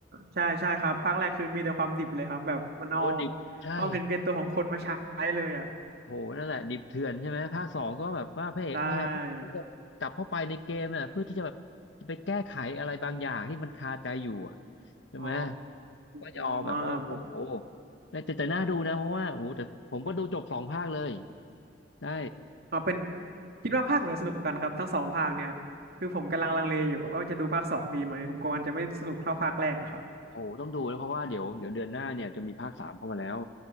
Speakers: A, on the right; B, on the left.
A: ใช่ใช่ครับภาคแรกคือมีแต่ความดิบเลยครับแบบมันเอา
B: โอ้ดิบใช่
A: ความเห็นแก่ตัวของคนมาใช้เลยอ่ะ
B: โหนั่นแหละดิบเถื่อนใช่ไหมภาคสองก็แบบว่าพระเอกก็พยายามที่จะกลับเข้าไปในเกมอ่ะเพื่อที่จะแบบจะไปแก้ไขอะไรบางอย่างที่มันคาใจอยู่อะ
A: ใช่
B: ใช่ไหม
A: อ๋อ
B: ก็ยอมแบบว่าโอ้โห
A: อ๋ออ่าผม
B: แต่แต่แต่น่าดูนะเพราะว่าโอ้โหแต่ผมก็ดูจบสองภาคเลยได้
A: อ่าเป็นคิดว่าภาคไหนสนุกกว่ากันครับทั้งสองภาคเนี่ยคือผมกำลังลังเลอยู่ว่าจะดูภาคสองดีไหมผมกลัวมันจะไม่สนุกเท่าภาคแรกอะครับ
B: โอ้โหต้องดูนะเพราะว่าเดี๋ยวเดี๋ยวเดือนหน้าเนี่ยจะมีภาคสามเข้ามาแล้ว